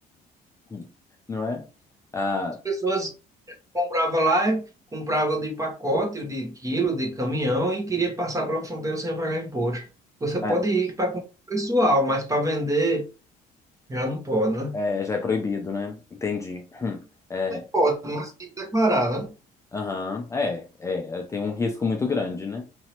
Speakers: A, on the left; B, on the right.
A: Hum. não é? Ah,
B: As pessoas compravam lá, compravam de pacote, de quilo, de caminhão e queria passar pela fronteira sem pagar imposto. Você pode
A: ah,
B: ir para comprar pessoal, mas para vender. Já não pode, né?
A: é, já é proibido, né? Entendi. Hum. É,
B: Pode, mas tem que declarar, né?
A: aham, é, é, tem um risco muito grande, né?